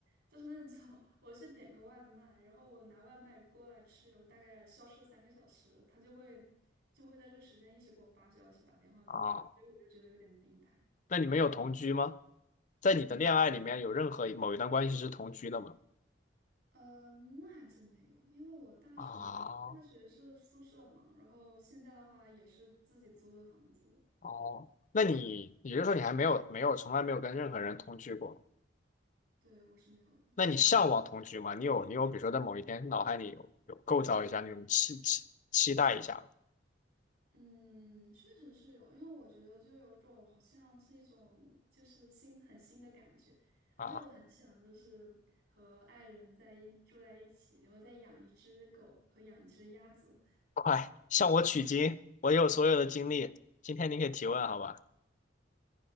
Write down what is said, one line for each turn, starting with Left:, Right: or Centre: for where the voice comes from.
Right: 就是那种 <laughs> 我去点个外卖，然后我拿外卖过来吃，我大概消失了三个小时，他就会就会在这个时间一直给我发消息、打电话那种，
Left: 啊，
Right: 所以我就觉得有点病态。
Left: 那你们有同居吗？在你的恋爱里面有任何某一段关系是同居的吗？
Right: 嗯没有，没有。呃，那还真没有，因为我大学大学是宿舍嘛，
Left: 啊，
Right: 然后现在的话也是自己租的房子，
Left: 哦，那你也就是说你还没有没有从来没有跟任何人同居过？
Right: 对，我是没有的。
Left: 那你向往同居吗？你有你有比如说在某一天脑海里有有构造一下那种期期期待一下
Right: 嗯，确实是有，因为我觉得就有一种好像是一种就是新很新的感觉，
Left: 吗啊，
Right: 而且我很想就是和爱人在一住在一起，然后再养一只狗和养一只鸭子。
Left: <laughs> 快向我取经，我有所有的经历，今天你可以提问好吧？